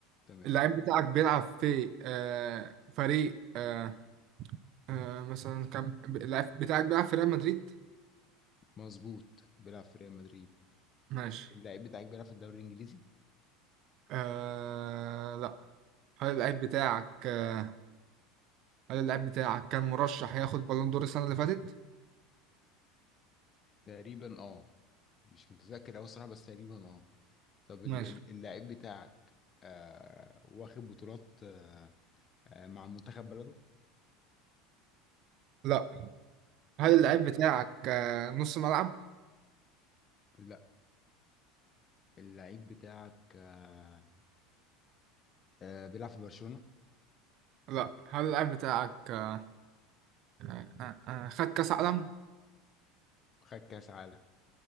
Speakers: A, on the left (about 30°); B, on the right (about 50°).
A: تمام
B: اللعيب بتاعك بيلعب في آه فريق آه آه مثلا كان ب- اللعيب بتاعك بيلعب في ريال مدريد
A: مظبوط بيلعب في ريال مدريد
B: ماشي
A: اللعيب بتاعك بيلعب في الدوري الانجليزي
B: آه لا هل اللعيب بتاعك آه هل اللعيب بتاعك كان مرشح ياخد بالون دور السنة اللي فاتت
A: تقريبا اه مش متذكر اوي الصراحه بس تقريبا اه طب ال-
B: ماشي
A: ال- اللعيب بتاعك آه واخد بطولات آه آه مع منتخب بلده
B: لا هل
A: طب
B: اللعيب بتاعك آه نص ملعب
A: لا اللعيب بتاعك آه آه بيلعب في برشلونة
B: لا هل اللعيب بتاعك آه آه آه خد كأس عالم
A: وخد كاس عالم